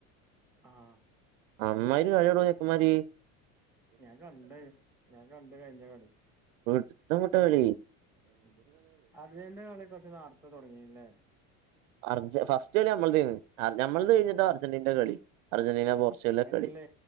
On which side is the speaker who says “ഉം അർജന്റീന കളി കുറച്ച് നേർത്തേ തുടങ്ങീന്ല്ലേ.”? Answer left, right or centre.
Centre